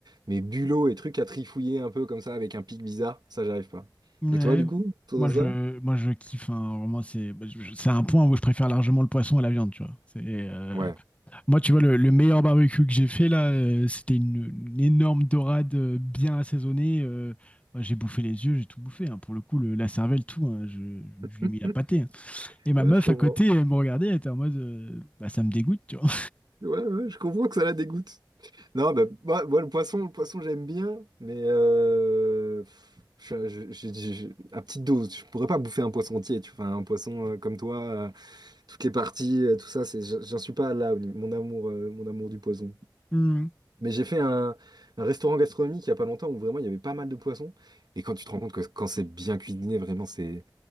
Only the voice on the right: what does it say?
Mais bulot et trucs à trifouiller un peu comme ça avec un pic bizarre, ça, j'arrive pas.
Et toi, du coup, autour
de ça?
Ouais.
<laughs>
Ouais,
je comprends.
Ouais, ouais, je comprends que ça la dégoûte. Non, bah, moi, moi, le poisson, le poisson, j'aime bien, mais euh, pff, je- je- je- je- à petite dose. Je pourrais pas bouffer un poisson entier, tu vois. Enfin, Un poisson euh, comme toi, euh, toutes les parties, euh, tout ça, c'est, j'en j'en suis pas là, au niveau- mon amour, euh, mon amour du poisson.
Mais j'ai fait un, un restaurant gastronomique il y a pas longtemps où vraiment il y avait pas mal de poissons. Et quand tu te rends compte que quand c'est bien cuisiné, vraiment, c'est,